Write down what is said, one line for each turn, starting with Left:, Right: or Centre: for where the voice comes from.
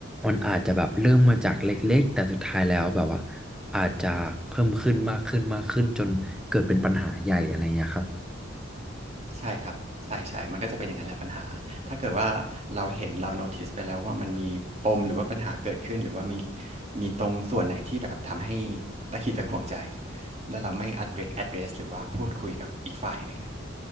Centre: มันอาจจะแบบเริ่มมาจากเล็กๆแต่สุดท้ายแล้วแบบว่าอาจจะเพิ่มขึ้นมากขึ้นมากขึ้นจนเกิดเป็นปัญหาใหญ่อะไรเงี้ยครับ
Right: ใช่ครับใช่ใช่มันก็จะเป็นอย่างนั้นแหละปัญหา ถ้าเกิดว่าเราเห็นเราโน้ติสไปแล้วว่ามันมีปมหรือว่าปัญหาเกิดขึ้นหรือว่ามีมีตรงส่วนไหนที่แบบทำให้ตะขิดตะขวงใจแล้วเราไม่ address address หรือว่าพูดคุยกับอีกฝ่ายหนึ่งอะ